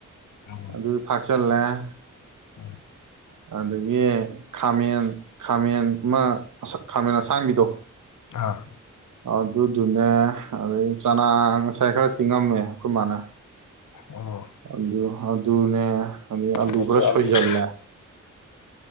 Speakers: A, on the left; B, on the right.
A: ꯎꯝ
B: ꯑꯗꯨ ꯊꯥꯛ ꯆꯜꯂꯦ꯫
A: ꯎꯝ꯫
B: ꯑꯗꯒꯤ ꯈꯥꯃꯦꯟ - ꯈꯥꯃꯦꯟ ꯑꯃ ꯈꯥꯃꯦꯟ ꯑꯁꯥꯡꯕꯤꯗꯣ
A: ꯑꯥ꯫
B: ꯑꯗꯨꯗꯨꯅꯦ ꯑꯗꯩ ꯆꯅꯥ ꯉꯁꯥꯏ ꯈꯔ ꯇꯤꯡꯉꯝꯃꯦ ꯑꯩꯈꯣꯏ ꯃꯥꯅ
A: ꯑꯣ
B: ꯑꯗꯨꯗ ꯍꯥꯄ <unintelligible> ꯑꯗꯩ ꯑꯂꯨ
A: ꯀꯩꯅꯣ
B: ꯈꯔ ꯁꯣꯏꯖꯜꯂꯦ